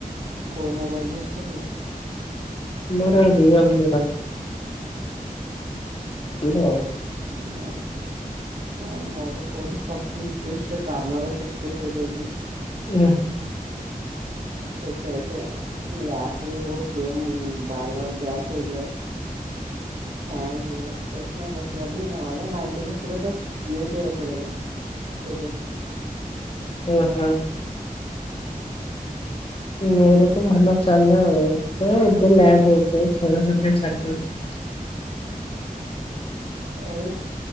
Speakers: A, on the right; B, on the left.
A: କୋଉ ମୋବାଇଲ ଧରିଚ କି?
B: ମୋର ରିଅଲମି ର <unintelligible>
A: ଆଉ ମୋର କୋଉଠିଟି ଫୋଟି <unintelligible> ଚିପି ଦେଇଚି।
B: ହୁଁ।
A: <unintelligible> ଲ ପରେ ବହୁତ ଗେମ ବାର ବାର ବ୍ୟାକ ହେଇଯାଏ। ହ୍ୟାଙ୍ଗ ହୁଏ ସେଇଥିପାଇଁ ରଖିବାରୁନି ନହେଲେ ନାଇଣ୍ଟି <unintelligible> ଯିଏ ସିଏ ରଖିଦବ ଏବେ।
B: ଓହୋ। ମୋର ତ ଭଲ ଚାଲ ଆଉ ନାଁ ଏବେ ଲ୍ୟାକ ହଉଚି ଛେରା ଛେତେ <unintelligible>
A: ଆଉ